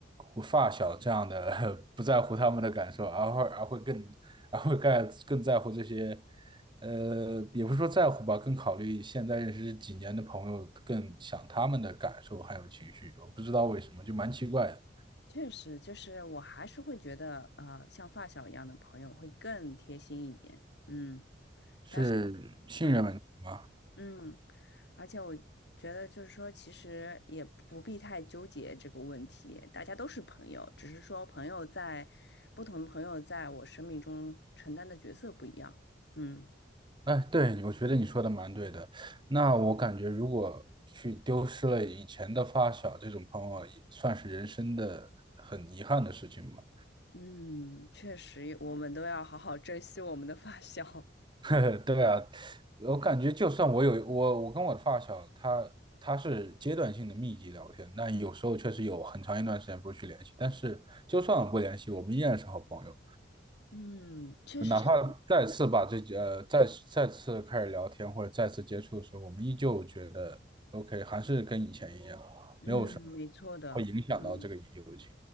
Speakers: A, on the right; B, on the left.
A: 我发小这样的 <laughs> 不在乎他们的感受，而会而会更而会更更在乎这些。呃，也不是说在乎吧，更考虑现在认识几年的朋友，更想他们的感受还有情绪。我不知道为什么，就蛮奇怪的，
B: 确实，就是我还是会觉得，呃，像发小一样的朋友会更贴心一点，嗯，
A: 是信任问题吗？
B: 但是，嗯嗯，而且我觉得就是说，其实也不必太纠结这个问题，大家都是朋友，只是说朋友在不同的朋友在我生命中承担的角色不一样，嗯
A: 哎，对，我觉得你说的蛮对的。那我感觉，如果去丢失了以前的发小这种朋友，也算是人生的很遗憾的事情吧。
B: 嗯，确实，我们都要好好珍惜我们的发小，
A: <laughs> 对啊，我感觉就算我有我我跟我的发小，他他是阶段性的密集聊天，但有时候确实有很长一段时间不去联系，但是就算不联系，我们依然是好朋友。
B: <laughs> 嗯，确实是，
A: 哪怕再次把这呃再再次开始聊天或者再次接触的时候，我们依旧觉得 OK，还是跟以前一样，
B: 嗯，
A: 没有什么
B: 没错的，
A: 会影响到这个友情。
B: 嗯。